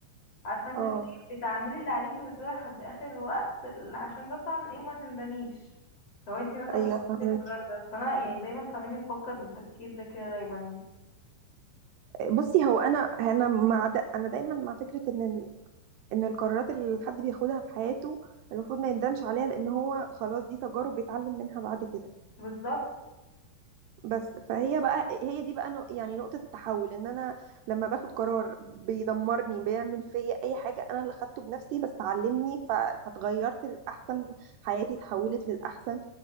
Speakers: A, on the left (about 35°); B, on the right (about 75°).
A: عارفة انت
B: اه
A: بتعملي اللي عليكي وتدور لحد اخر الوقت ل- عشان مثلا ايه ما تندميش لو انت مثلا
B: ايوه
A: ما خدتيش
B: فاهمك
A: القرار ده فانا يعني دايما فاهماني بفكر بالتفكير ده كده دايما
B: بصي هو انا انا مع دا... انا دايما مع فكره ان ال... ان القرارات اللي حد بياخدها في حياته المفروض ما يندمش عليها لان هو خلاص دي تجارب بيتعلم منها بعد كده
A: بالظبط
B: بس فهي بقى هي دي بقى نق- يعني نقطة التحول ان انا لما باخد قرار بيدمرني بيعمل فيا اي حاجة انا اللي خدته بنفسي بس علمني ف- فاتغيرت للأحسن حياتي اتحولت للأحسن